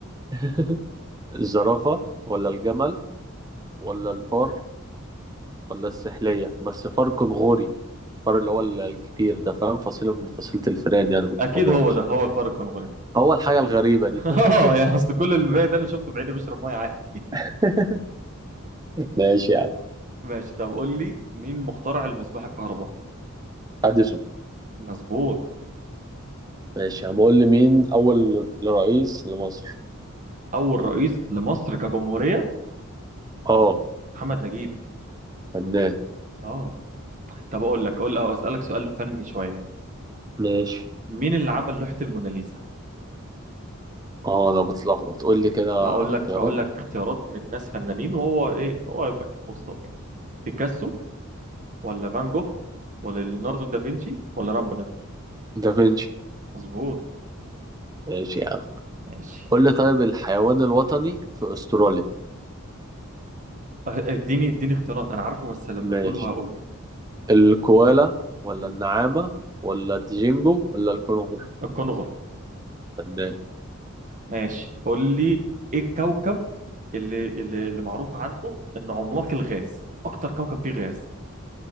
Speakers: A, on the right; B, on the right.
A: <laughs> الزرافه ولا الجمل ولا الفار ولا السحلية بس فار كنغوري فار اللي هو ال- الكبير ده فاهم فصيلة من فصيلة الفئران
B: <laughs>
A: يعني من الكنغر
B: اكيد هو ده هو الفار الكنغوري
A: هو الحاجة الغريبة دي
B: <laughs>
A: فاهم
B: اه يا اصل كل الباقي ده انا شفته بعيني بيشرب ميه عادي
A: <laughs>
B: <laughs>
A: ماشي يا عم
B: ماشي طب قول لي مين مخترع المصباح الكهربائي
A: اديسون
B: مظبوط
A: ماشي يا عم قول لي مين اول رئيس لمصر
B: اول رئيس لمصر كجمهوريه
A: اه
B: محمد نجيب
A: فنان
B: اه طب اقول لك اقول أه، اسالك سؤال فني شويه يعني
A: ماشي
B: مين اللي عمل لوحه الموناليزا
A: اه انا بتلخبط قول لي كده
B: هقول
A: اختيارات
B: لك اقول لك اختيارات من ناس فنانين وهو ايه هو يبقى أكيد في وسطهم يعني بيكاسو ولا فان جوخ ولا ليوناردو دافنشي ولا رامبلن
A: دافنشي
B: مظبوط
A: ماشي يا عم
B: ماشي
A: قول لي طيب الحيوان الوطني في استراليا
B: اه، أه، اديني اديني اختيارات انا عارفه بس لما
A: ماشي
B: تقوله هقوله
A: الكوالا ولا النعامة ولا الديجينجو ولا الكونغر
B: الكونغر
A: فنان
B: ماشي قول لي ايه الكوكب اللي اللي, اللي معروف عنه انه عملاق الغاز اكتر كوكب فيه غاز